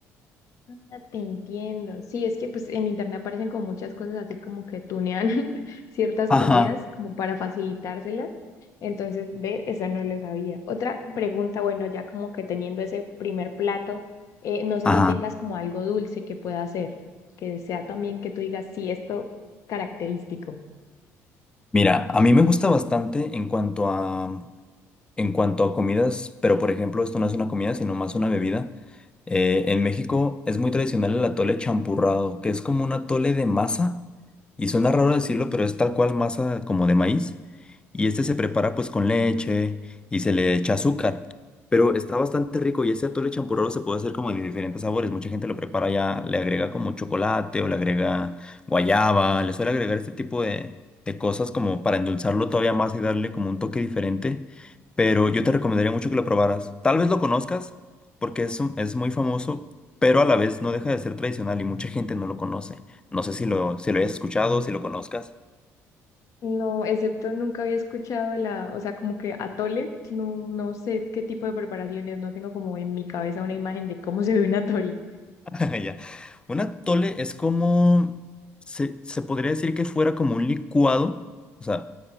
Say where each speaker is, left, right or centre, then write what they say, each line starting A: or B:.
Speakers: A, on the left; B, on the left.
A: Ah, te entiendo. Sí, es que pues en internet aparecen como muchas cosas así como que tunean <laughs> ciertas
B: Ajá.
A: comidas como para facilitárselas. Entonces, ve, esa no lo sabía. Otra pregunta, bueno, ya como que teniendo ese primer plato, eh, no sé
B: Ajá.
A: si tengas como algo dulce que pueda hacer, que sea también que tú digas, sí, esto característico.
B: Mira, a mí me gusta bastante en cuanto a En cuanto a comidas, pero por ejemplo, esto no es una comida, sino más una bebida. eh, en México es muy tradicional el atole champurrado, que es como un atole de masa, y suena raro decirlo, pero es tal cual masa como de maíz, y este se prepara pues con leche y se le echa azúcar, pero está bastante rico y ese atole champurrado se puede hacer como de diferentes sabores, mucha gente lo prepara ya, le agrega como chocolate o le agrega guayaba, le suele agregar este tipo de, de cosas como para endulzarlo todavía más y darle como un toque diferente pero yo te recomendaría mucho que lo probaras. Tal vez lo conozcas porque es, un- es muy famoso, pero a la vez no deja de ser tradicional y mucha gente no lo conoce. No sé si lo, si lo hayas escuchado, si lo conozcas.
A: No, excepto nunca había escuchado la, o sea, como que atole, no, no sé qué tipo de preparaciones, no tengo como en mi cabeza una imagen de cómo se ve un atole.
B: <laughs> Ya. Un atole es como, se, se podría decir que fuera como un licuado, o sea,